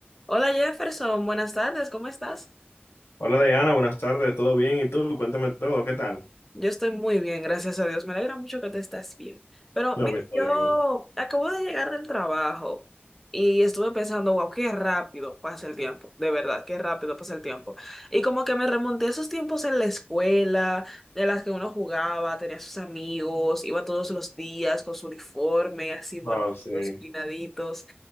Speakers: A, in the centre; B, on the left.
A: Hola Jefferson, buenas tardes, ¿cómo estás?
B: Hola Diana, buenas tardes, ¿todo bien? ¿Y tú? Cuéntame todo, ¿qué tal?
A: Yo estoy muy bien, gracias a Dios. Me alegra mucho que te estás bien. Pero
B: Lo
A: mira,
B: mismo,
A: yo
B: digo.
A: acabo de llegar del trabajo y estuve pensando, wow, qué rápido pasa el tiempo, de verdad, qué rápido pasa el tiempo. Y como que me remonté a esos tiempos en la escuela, de las que uno jugaba, tenía sus amigos, iba todos los días con su uniforme, así bonitos,
B: Wow, sí.
A: peinaditos.